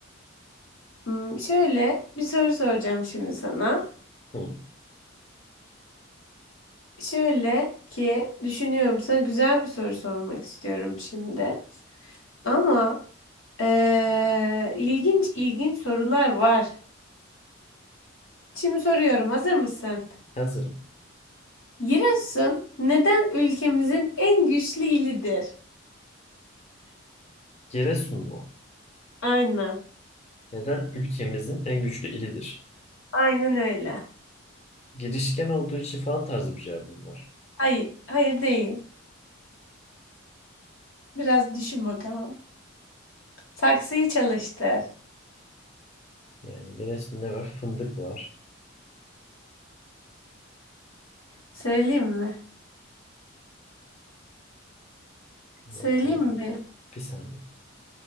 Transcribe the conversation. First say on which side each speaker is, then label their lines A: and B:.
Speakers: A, on the left; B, on the left.
A: hmm, şöyle bir soru soracağım şimdi sana.
B: Hı.
A: Şöyle ki düşünüyorum sana güzel bir soru sormak istiyorum şimdi. Ama ee, ilginç ilginç sorular var. Şimdi soruyorum, hazır mısın?
B: Hazırım.
A: Giresun neden ülkemizin en güçlü ilidir?
B: Giresun mu?
A: Aynen.
B: Neden ülkemizin en güçlü ilidir?
A: Aynen öyle.
B: Girişken olduğu için falan tarzı bir cevabım var.
A: Hayır, hayır değil. Biraz düşün bakalım. Saksıyı çalıştır.
B: Yani Giresun'da var? Fındık var.
A: Söyleyeyim mi?
B: Bakayım.
A: Söyleyeyim mi?
B: Bir saniye.